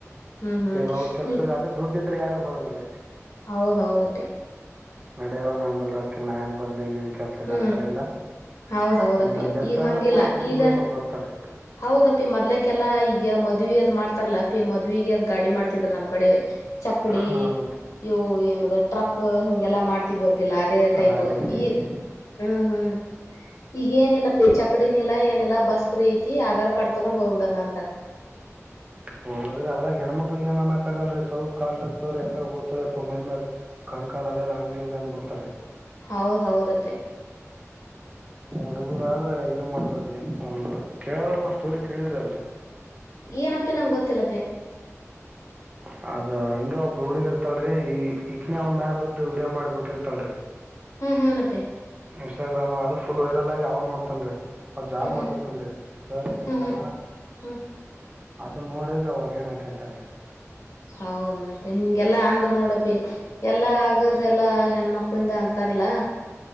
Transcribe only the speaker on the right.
ಈಗ ಅವ್ರ ಕೆಲ್ಸಗ
ಅದ ದುಡ್ದ್ರೆ ಯಾರು ಬರಲ್ರಿ
ನಡೆಯಾವ ನಂಬಲ್ ರಾಕ ನ ಆಲ್ ಬರ್ಲ ನಿ ಕೆಲ್ಸಕ್ಕೆ
ಅಂತಾರ ಇಲ್ಲ
ಒಂದ ಡೆತ್
ಆದ್ರರು
ಕೂಡ ಬಸ್ಸಿಗೆ
ಹೋಯಿ ಮಾಡ ಬರ್ತಾರೆ
ಹಾ ಮತ್ತೆ
ಲಾರಿ ಗೀರಿ
ಹೋಗದ್ರಿ ಅದ್ರಾಗ ಹೆಣ್ಮಕ್ಳಿಗೆ ಏನ್ ಅನ್ಕ್ಕಗಲ್ರಿ ಸ್ವಲ್ಪ ಕಾಲ್ಟತ್ತತವರಿ ಯಕ ಬಪ್ಪ ಮೈಮ ಕಾಣಲ್ಲನ್ ಹಂಗ ಹಂಗ ಅನ್ಬಿಡ್ತ ತ್ತ
ಹುಡುಗರ ಆದ್ರೆ ಇದದು ಮಾಡ್ಬಾರಿ ಒಂದು ಕೇಳದಾಗ ಒಂದ್ ಸ್ಟೋರಿ ಕೇಳಿದ್ರಿ ಅಲ್ರರಿ
ಹ ಅದ ಹಿಂಗ ಒಬ್ ಹುಡುಗಿರ್ತಾಳರರಿ ಈಗನ ಒಂದ್ ಮ್ಯಾಪ್ ಇದ್ದ ವಿಡಿಯೋ ಮಾಡಿಬಿಟ್ಟಿರ್ತಾಳರಿ
ಇನ್ಸ್ಟಾಗ್ರಾಮ್ ಅಲ್ ವೈರಲ್ ಆಗ ಅವ್ ನೋಡ್ತನ್ ರೀ ಅವ ಜಾಬ್
ಮಾಡ್ತಾರತನ್ರಿ ಸರ್ ಹೆಂಗ
ಇರ್ತಾನ
ಅದ ನೋಡ ಈಗ ಅವ ಏನ್ಕೆಂತನ್ರಿ